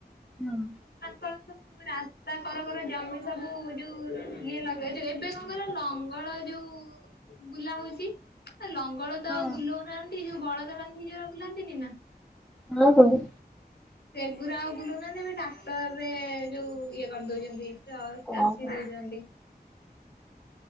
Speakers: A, in the centre; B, on the left.
A: ହଁ।
B: ତାଙ୍କର ସବୁ ରାସ୍ତା କର କର ଜମି ସବୁ ଯୋଉ ଇଏ ଲଗେ ଏବେ କଣ କହିଲ ଲଙ୍ଗଳ ଯୋଉ ବୁଲା ହୋଉଛି। ଲଙ୍ଗଳ ତ
A: ହଁ
B: ଆଉ ବୁଲୋଉ ନାହାନ୍ତି ଯୋଉ ବଳଦ ବାନ୍ଧି ଯୋଉ ବୁଲାନ୍ତିନି ନା।
A: ଅ ହୋଉ।
B: ସେଗୁୁରା ଆଉ ବୁଲୋଉ ନାହାନ୍ତି ଏବେ ଟ୍ରାକ୍ଟର୍ ରେ ଯୋଉ ଇଏ କରି ଦୋଉଛନ୍ତି। ଚ
A: ଓହୋ
B: ଚାଷୀ ଦୋଉଜନ୍ତି।